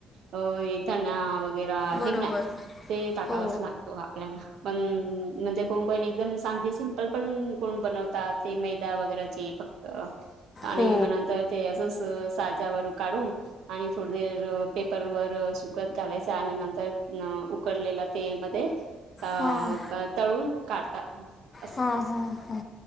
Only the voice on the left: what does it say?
बरोबर
हो
हो
हां
ह हा हा.